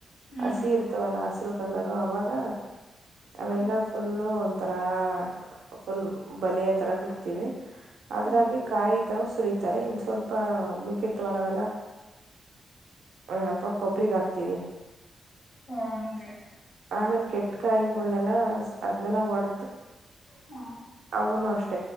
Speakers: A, on the left; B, on the right.
A: ಹ್ಮ್
B: ಹಸಿ ಇರ್ ಹಸಿರು ಕಲರು ಅವಾಗ ಅವೆಲ್ಲಾ
A: ಹ್ಮ್
B: ಫುಲ್ಲು ಒಂಥರಾ ಫುಲ್ ಬಲಿಯ ತರ ಬಿಡ್ತೀವಿ ಅದ್ರಾಗೆ
A: ಹ್ಮ್
B: ಕಾಯ್ದವು ಸುರಿತಾರೆ ಇನ್ ಸ್ವಲ್ಪ ಮಿಕ್ಕಿರ್ತವಲ್ಲ ಅವೆಲ್ಲಾ ಏನಪ್ಪಾ ಕೊಬ್ರಿಗ್ ಹಾಕ್ತಿವಿ
A: ಓ ಹಂಗೆ
B: ಆಮೇಲ್ ಕೆಟ್ ಕಾಯಿಗೊಲ್ನೇಲ್ಲ ಅದ್ನೆಲ್ಲ ಒಡ
A: ಹ್ಮ
B: ಅವನು ಅಷ್ಟ